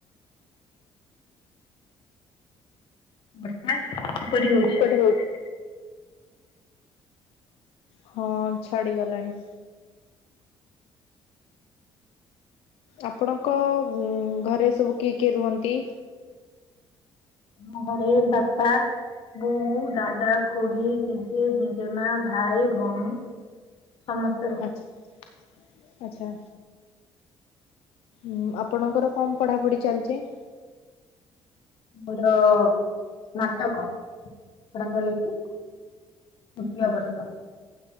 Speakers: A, on the left; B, on the left.
A: ବର୍ଷା କିପରି ହୋଉଚି?
B: କିପରି ହୋଉଚି? ହଁ ଛାଡିଗଲାଣି। ଆପଣଙ୍କ ଉମ୍ ଘରେ ସବୁ କିଏ କିଏ ରୁହନ୍ତି?
A: ଆମ ଘରେ ବାପା ବୋଉ, ଦାଦା, ଖୁଡ଼ି, ଜଜେ, ଜେଜେମା, ଭାଇ, ଭଉଣୀ। ସମସ୍
B: ଆଚ୍ଛା ଆଚ୍ଛା। ଉଁ ଆପଣଙ୍କର କଣ ପଢାପଢି ଚାଲଚି?
A: ମୋର ସ୍ନାତକ ପଢା ଚାଲିଚି। <inaudible>
B: ହୁଁ